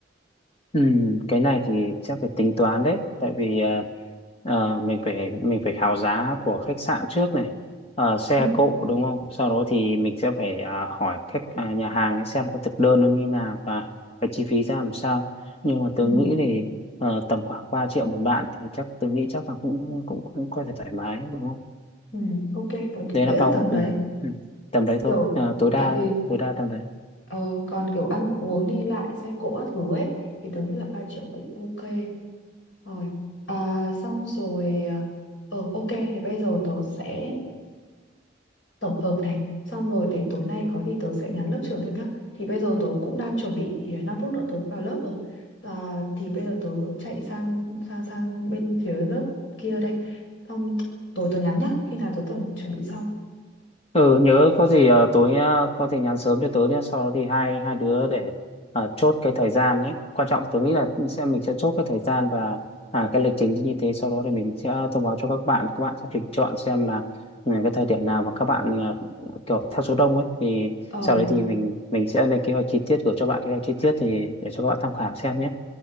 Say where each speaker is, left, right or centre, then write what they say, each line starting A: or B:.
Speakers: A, on the left; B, on the left.
A: Ừ, cái này thì chắc phải tính toán đấy, tại vì ờ, ờ, mình phải mình phải khảo giá của khách sạn trước này, Ờ, xe
B: Ừ.
A: cộ đúng không? Sau đó thì mình sẽ phải ờ, hỏi khách à, nhà hàng ấy xem cái thực đơn nó như nào và cái chi phí ra làm sao. Nhưng mà
B: Ừ,
A: tôi nghĩ thì ờ, tầm khoảng 3 triệu một bạn thì chắc tôi nghĩ chắc là cũng cũng cũng có thể thoải mái đúng không?
B: ừ, ok, tớ cũng
A: Đấy
B: nghĩ
A: là
B: là
A: bao
B: tầm đấy.
A: ừ, ừ, tầm đấy
B: Kiểu,
A: thôi, Ờ, tối đa
B: tại vì
A: tối đa tầm đấy.
B: ờ, còn kiểu ăn uống đi lại xe cộ các thứ ấy, thì tớ nghĩ là 3 triệu cũng ok. Rồi, à, xong rồi, ờ, ờ, ok, thì bây giờ tớ sẽ tổng hợp này xong rồi để tối nay có gì tớ sẽ nhắn lớp trưởng thêm nhá thì bây giờ tớ cũng đang chuẩn bị ờ, 5 phút nữa tớ vào lớp rồi à, thì bây giờ tớ chạy sang sang sang bên phía lớp kia đây xong tối tớ nhắn nhá khi nào tớ tưởng chuẩn bị xong
A: Ừ, nhớ có gì ờ, tối ờ, có thể nhắn sớm cho tớ nhé sau đó thì hai hai đứa để ờ, chốt cái thời gian đấy quan trọng tớ nghĩ là sẽ mình sẽ chốt cái thời gian và à, cái lịch trình như thế sau đó thì mình sẽ thông báo cho các bạn các bạn sẽ tuyển chọn xem là ừ, cái thời điểm nào mà các bạn ờ, kiểu theo số đông ấy thì
B: ờ
A: sau đấy thì mình mình sẽ lên kế hoạch chi tiết gửi cho bạn kế hoạch chi tiết thì để cho các bạn tham khảo xem nhé